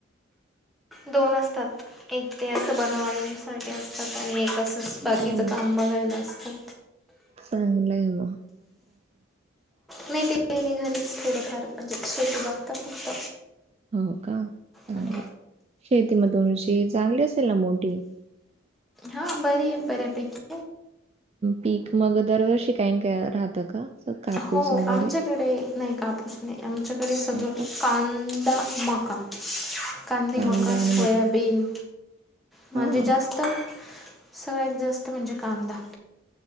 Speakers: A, in the centre; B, on the right.
A: दोन असतात एक ते असं बनवायंसाठी असतात आणि एक असत तं बाकीचं
B: ह
A: काम बघायला असतं
B: चांगलंय म
A: नाही ते घरीच थोडंफार म्हणजे शेती बघता फक्त
B: हो का चांगलं
A: हम्म.
B: शेती म तुमची चांगली असेल ना मोठी
A: हा बरी आहे बऱ्यापैकी
B: पीक मग दरवर्ष काहीन का असं कापूस
A: हो
B: वगैरे
A: आमच्याकडे नाही कापूस नाही आमच्याकडे सगळं
B: नाही का
A: कांदामाका कांदीे
B: कांदा
A: मकाज
B: आणि
A: सोयाबीन
B: मक्का
A: म्हणजे
B: हा
A: जास्त तर सगळ्यात जास्त म्हणजे कांदा